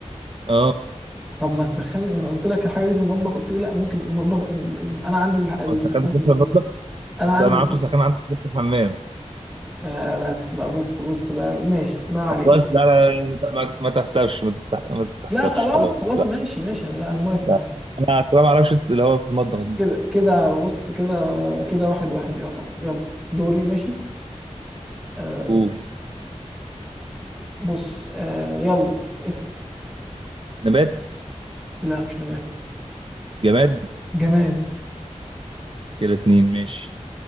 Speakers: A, on the right; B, in the centre.
A: اه
B: طب ما السخان ما انا قلت لك الحاجه دي في المطبخ قلت لي لا ممكن المطبخ ال- ال- انا عندي الح- السخان
A: هو السخان بيكون
B: في المطبخ
A: في المطبخ
B: انا
A: بس
B: عندي
A: انا عارف
B: س-
A: السخان عندك في الحمام
B: آه بس بقى بص بص بقى ماشي ما علينا
A: خلاص لا لا لا، ما ما تحسبش ما, تستح... ما تحسبش
B: لا خلاص
A: خلاص
B: خلاص
A: لا
B: ماشي ماشي لا انا موافق
A: لا
B: يا عم
A: انا أصلاً ما اعرفش اللي هو في المطبخ دي
B: كده كده بص كده كده واحد واحد يعتبر يلا دوري ماشي آه
A: قول
B: بص آه يلا اسأل
A: نبات
B: لا مش نبات
A: جماد
B: جماد
A: كده اتنين ماشي